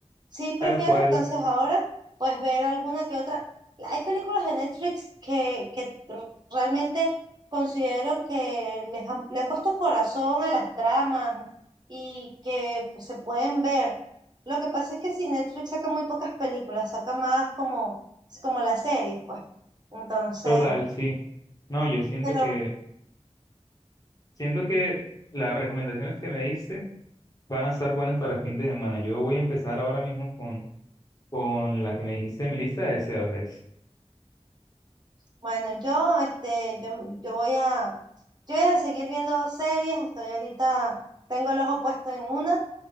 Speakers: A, on the right; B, on the left.
A: Sí, prefiero
B: Tal cual,
A: entonces ahora pues ver alguna que otra. Hay películas de Netflix que, que tr- realmente considero que les han, le han puesto corazón a las tramas y que pues, se pueden ver. Lo que pasa es que si Netflix saca muy pocas películas, saca más como, como las series, pues. Entonces,
B: total, sí. No, yo siento
A: pero
B: que, siento que las recomendaciones que me diste van a estar buenas para el fin de semana. Yo voy a empezar ahora mismo con, con la que me dijiste de mi lista de deseos. Es,
A: Bueno, yo, este, yo, yo voy a, yo voy a seguir viendo series, estoy ahorita, tengo el ojo puesto en una,